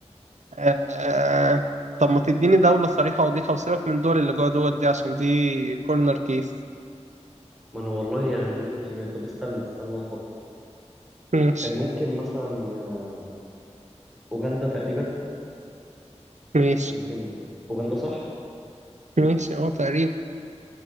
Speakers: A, on the right (about 75°); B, in the centre.
A: أه... طب ما تديني دولة صريحة وضيحة وسيبك من الدول اللي جوه دول دي عشان دي كورنر كيس
B: ما أنا والله أنا دي اللي جت في دماغي طب استنى استنى أفكر
A: ماشي
B: آه، ممكن مثلا آه، أوغندا تقريبا
A: ماشي
B: ممكن أوغندا صح؟
A: ماشي اه تقريبا